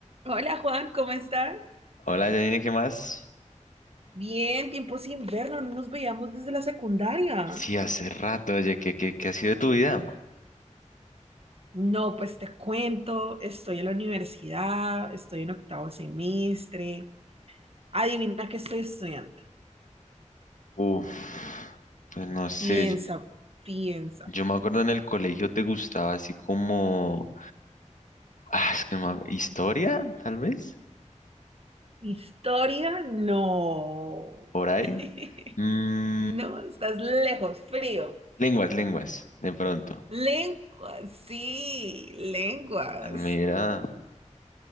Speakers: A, on the right; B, on the left.
A: Hola Juan, ¿cómo estás?
B: Hola, Janine, ¿qué más?
A: Bien, tiempo sin vernos, no nos veíamos desde la secundaria.
B: Sí, hace rato, oye, ¿qué, qué, qué ha sido de tu vida?
A: No, pues te cuento, estoy en la universidad, estoy en octavo semestre. Adivina qué estoy estudiando.
B: Uf, pues no sé,
A: Piensa,
B: yo,
A: piensa.
B: yo me acuerdo en el colegio te gustaba así como, ah, es que no me ac- historia, tal vez,
A: Historia, no.
B: por ahí.
A: <laughs>
B: Mm,
A: No, estás lejos, frío.
B: lenguas, lenguas, de pronto.
A: Lenguas, sí, lenguas.
B: Ah, Mira,